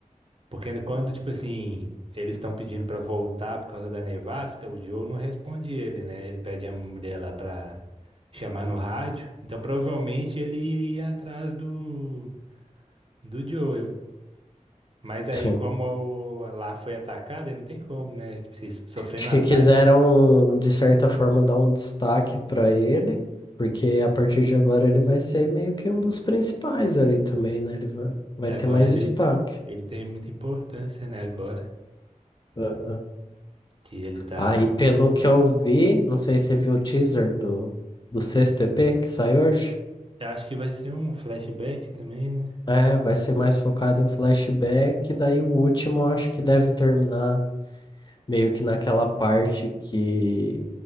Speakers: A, on the right; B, on the left.
A: porque quando tipo assim, eles estão pedindo pra voltar por causa da nevasca, o Joe não responde ele, né? Ele pede a mulher lá pra chamar no rádio. Então provavelmente ele iria atrás do do Joel. Mas aí
B: Sim.
A: como o- lá foi atacada aí não tem como, né? Tipo, assim, sofrendo
B: Acho que
A: um ataque.
B: quiseram, de certa forma, dar um destaque para ele, porque a partir de agora ele vai ser meio que um dos principais ali também, né? Ele vai, vai
A: Agora
B: ter mais
A: ele,
B: destaque.
A: ele tem muita importância, né? Agora
B: Aham.
A: que ele tá.
B: Aí, pelo que eu vi, não sei se você viu o teaser do, do sexto EP que sai hoje.
A: Eu acho que vai ser um flashback também, né?
B: É, vai ser mais focado em flashback, daí o último eu acho que deve terminar meio que naquela parte que